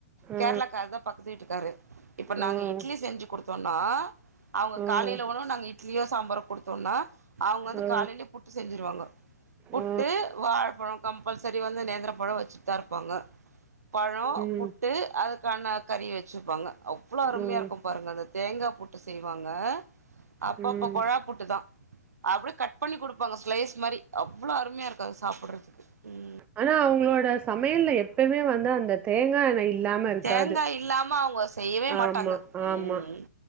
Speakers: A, on the right; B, on the right.
A: ஆ
B: கேரளாக்கார தா பக்கத்து வீட்டு இ ருக்காரு இப்ப நாங்க
A: ஆ
B: இட்லி செஞ்சு கொடுத்தோனா அவங்க
A: ஆ
B: காலைல உணவு இட்லியோ சாம்பாரோ குடுத்தோனா அவுங்க வந்து
A: ஆ
B: காலையில புட்டு செஞ்சிருவாங்க புட்டு
A: ஆ
B: வாழப்பழம் கம்பல்சரி வந்து நேந்திரம் பழம் வச்சு தா இருப்பாங்க பழ
A: ம்
B: புட்டு அதுக்கான கறி வச்சிருப்பாங்க அவ்வளவு அருமையா
A: ம்
B: இருக்கும் பாருங்க அந்த தேங்கா புட்டு செய் வாங்க அப்பப்ப
A: ம்
B: கொழா புட்டு தா அப்படி கட் பண்ணி குடு ப்பாங்க ஸ்லைஸ் மாரி அவ்வளோ அருமையாக இருக்கு அது சாப்பிட்றதுக்கு உம்
A: ஆனா அவங்களோட சமையல்ல எப்பமே வந்து அந்த அந்த தேங்கா எண்ணெய் இல்லாம இருக்காது
B: தேங்காய் இல்லாம அவங்க செய்யவே மாட்டாங்க
A: ஆமா ஆமா
B: ம்